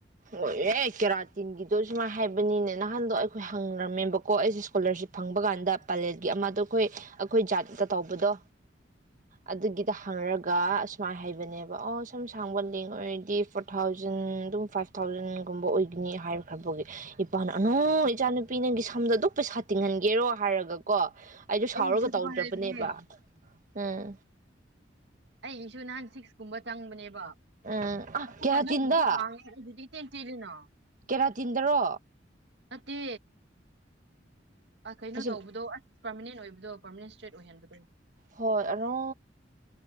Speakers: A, on the right; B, on the right.
A: ꯑꯣꯏ ꯑꯦ ꯀꯦꯔꯥꯇꯤꯟꯒꯤꯗꯣ ꯁꯨꯃꯥꯏꯅ ꯍꯥꯏꯕꯅꯤꯅꯦ ꯅꯍꯥꯟꯗꯣ ꯑꯩꯈꯣꯏ ꯍꯪꯔꯝꯃꯦꯕꯀꯣ ꯑꯩꯁꯦ ꯏꯁꯀꯣꯂꯥꯔꯁꯤꯞ ꯐꯪꯕ ꯀꯥꯟꯗ ꯄꯂꯦꯠꯒꯤ ꯑꯃꯗꯣ ꯑꯩꯈꯣꯏ ꯑꯩꯈꯣꯏ ꯖꯥꯠꯇꯠꯇ ꯇꯧꯕꯗꯣ ꯑꯗꯨꯒꯤꯗ ꯈꯪꯔꯒ ꯑꯁꯨꯃꯥꯏꯅ ꯍꯩꯕꯅꯦꯕ ꯑꯣ ꯁꯝ ꯁꯥꯡꯕ ꯂꯦꯡ ꯑꯣꯏꯔꯗꯤ ꯐꯣꯔ ꯊꯥꯎꯖꯟ ꯑꯗꯨꯝ ꯐꯥꯏꯚ ꯊꯥꯎꯖꯟꯒꯨꯝꯕ ꯑꯣꯏꯒꯅꯤ ꯍꯥꯏꯔꯈ꯭ꯔꯕꯒꯤ ꯏꯄꯥꯥꯟ ꯑꯅꯨ ꯏꯆꯥꯅꯨꯄꯤ ꯅꯪꯒꯤ ꯁꯝꯗ ꯑꯗꯨꯝ ꯄꯩꯁꯥ ꯇꯤꯡꯍꯟꯒꯦꯔꯣ ꯍꯥꯏꯔꯒꯀꯣ ꯑꯩꯁꯨ
B: ꯑꯩꯒꯤꯁꯨ
A: ꯁꯥꯎꯔꯒ
B: ꯑꯗꯨꯃꯥꯏꯅ
A: ꯇꯧꯗ꯭ꯔꯕꯅꯦꯕ
B: ꯂꯩꯕꯅꯦ
A: ꯎꯝ
B: ꯑꯩ ꯏꯁꯨꯨ ꯅꯥꯟ ꯁꯤꯁ ꯀꯨꯝꯕ ꯆꯪꯕꯅꯦꯕ
A: ꯎꯝ ꯑ
B: ꯑꯗꯨꯒ
A: ꯀꯦꯔꯥꯇꯤꯟꯗ
B: ꯅꯪꯒꯤꯗ ꯁꯥꯡꯉꯦ ꯑꯗꯨꯗꯤ ꯇꯤꯟ ꯇꯤꯗꯅ
A: ꯀꯦꯔꯥꯇꯤꯟꯗꯔꯣ
B: ꯅꯠꯇ ꯑ ꯀꯩꯅꯣ
A: ꯑꯁꯤ
B: ꯇꯧꯕꯗꯣ ꯑꯁ ꯄꯥꯔꯃꯅꯦꯟ ꯑꯣꯏꯕꯗꯣ ꯑꯦꯗꯃꯤꯅꯤꯁꯇ꯭ꯔꯦꯠ ꯑꯣꯏꯍꯟꯕꯗꯣ
A: ꯍꯣꯏ ꯑꯔꯣ